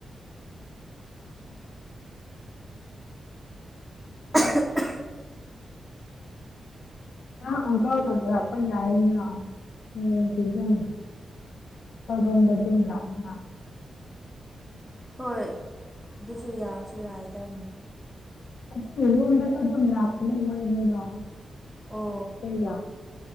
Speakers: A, on the left (about 70°); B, in the centre.
A: <inaudible>
B: <unintelligible>
A: ꯅꯪ ꯑꯪꯀꯜꯒ ꯂꯥꯛꯄ ꯌꯥꯢꯌꯦꯅ ꯅꯪꯁꯨ ꯑꯗꯨꯝ ꯈꯣꯢꯔꯣꯝꯗ ꯑꯗꯨꯝ ꯂꯥꯛꯎꯅꯥ
B: ꯍꯣꯏ ꯑꯗꯨꯁꯨ ꯌꯥꯁꯨ ꯌꯥꯏꯗꯥ
A: <unintelligible> ꯌꯨꯝꯗꯁꯨ ꯑꯗꯨꯝ ꯂꯥꯛꯄꯅꯦ ꯃꯣꯢ ꯅꯤꯗꯣ <unintelligible>
B: ꯑꯣ